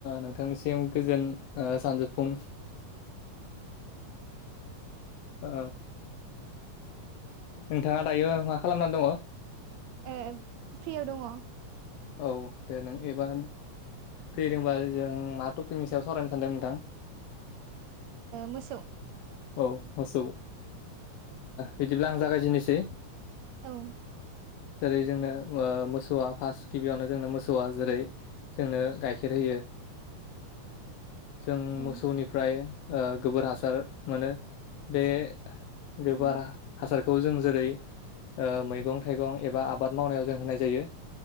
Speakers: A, on the left; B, on the right.
A: नोंथांनिसिम गोजोन सानजोफुं ओ नोंथाङा दायो मा खालामनानै दङ
B: ए फ्रियाव दङ
A: औ दे नों एबा फ्रिदोंबा जों मा टपिकनि सायाव सावरायनो सानदों नोंथां
B: मोसौ
A: औ मस बिदिब्ला आं जागायजेननोसै
B: औ उम
A: जेरै जोंनो मोसौआ फार्स्ट गिबियावनो जोंनो मोसौआ जेरै जोंनो गाइखेर होयो जों
B: उम
A: मोसौनिफ्राय गोबोर हासार मोनो बे गोबारा
B: उम
A: हासार खौ जों जेरै मैगं थाइगं एबा आबाद मावनायाव जों होनाय जायो